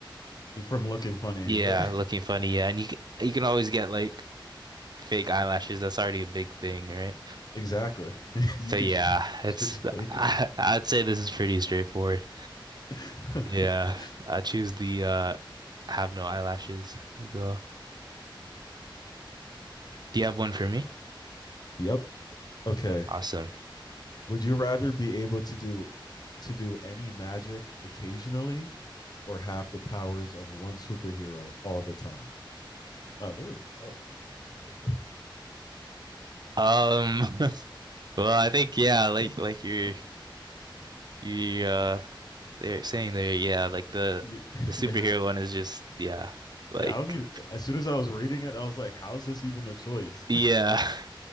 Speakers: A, on the left; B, on the right.
A: from looking funny,
B: yeah,
A: right?
B: looking funny. Yeah, and you c- you can always get like fake eyelashes. That's already a big thing, right?
A: <laughs> exactly. <laughs>
B: So
A: you could
B: yeah,
A: just
B: it's
A: just fake
B: <laughs> I,
A: it.
B: I'd say this is pretty straightforward.
A: <laughs>
B: Yeah, I choose the uh have no eyelashes as well. Do you have one for me?
A: yep. Okay.
B: Awesome.
A: Would you rather be able to do to do any magic occasionally or have the powers of one superhero all the time? Oh, this is oh my like what?
B: Um <laughs> well I think yeah, like like you're you uh they're saying there, yeah, like the
A: Ye- <laughs>
B: the superhero
A: yeah
B: one is just yeah, like
A: yeah i don't even as soon as i was reading it i was like how is this even a choice
B: yeah. <laughs>